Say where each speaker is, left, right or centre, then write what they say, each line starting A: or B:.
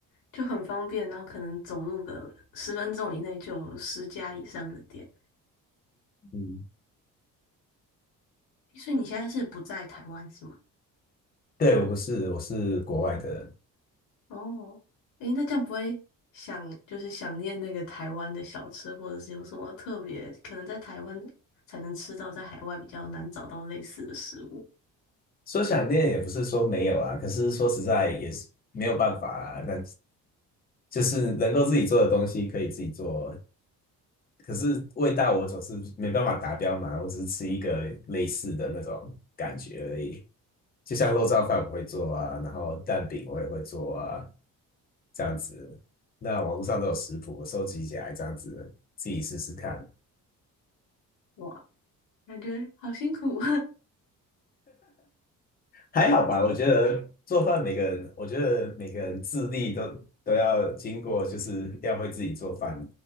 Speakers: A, on the left; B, on the left.
A: 就很方便，然后可能走路个十分钟以内就有十家以上的店。
B: 嗯，
A: 所以你现在是不在台湾是吗？
B: 对，我不是，我是国外的人。
A: 哦，诶，那这样不会想就是想念那个台湾的小吃，或者是有什么特别可能在台湾才能吃到，在海外比较难找到类似的食物？
B: 说想念也不是说没有啊，可是说实在也是没有办法啊那就是能够自己做的东西可以自己做，可是味道我总是没办法达标嘛，我只是吃一个类似的那种感觉而已。就像肉燥饭我会做啊，
A: 哦，
B: 然后蛋饼我也会做啊，这样子。那网络上都有食谱，我收集起来这样子自己试试看。
A: 哇。感觉好辛苦。
B: 还好吧？我觉得做饭每个人，我觉得每个人自立都都要经过，就是要会自己做饭。